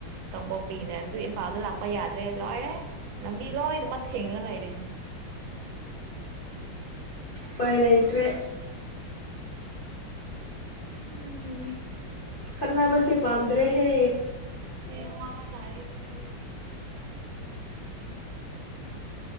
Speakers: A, on the right; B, on the left.
A: ꯀꯥꯡꯄꯣꯛꯄꯤꯅꯁꯨ ꯏꯝꯐꯥꯜꯗ ꯂꯥꯛꯄ ꯄ ꯌꯥꯗ꯭ꯔꯦ ꯏꯜꯂꯣ ꯍꯥꯏꯅꯦꯦ ꯂꯝꯕꯤ ꯂꯣꯏꯅꯃꯛ ꯊꯦꯡꯡꯂꯅ ꯂꯩꯔꯅꯦ
B: ꯄꯥꯏ ꯂꯩꯩꯇ꯭ꯔꯦ
A: ꯎꯝ
B: ꯈꯅꯥꯕꯁꯦ ꯄꯥꯝꯗ꯭ꯔꯦ ꯍꯦ
A: ꯑꯋꯥꯕꯥ ꯇꯥꯦꯕꯤ ꯍ